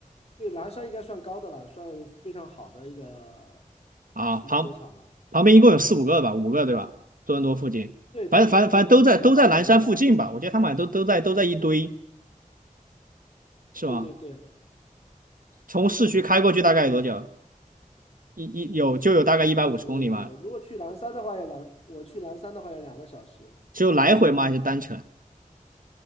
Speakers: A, on the left (about 45°); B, on the right (about 75°).
A: 对，南山应该算高的了，算非常好的一个
B: 啊，
A: 雪雪场了。
B: 旁旁边一共有四五个吧，五个对吧？多伦多附近，
A: 对，
B: 反正反正反正都在都在蓝山附近吧，
A: 周边还是挺多的，滑铁卢啊什么什么。
B: 我觉得他们好像都都在都在一堆，是吗？
A: 对对对，
B: 从市区开过去大概有多久？
A: 是。
B: 一一有就有大概一百五十公里嘛，
A: 那我如果去南山的话，要两，我去南山的话要两个小时，
B: 只有来回吗？还是单程？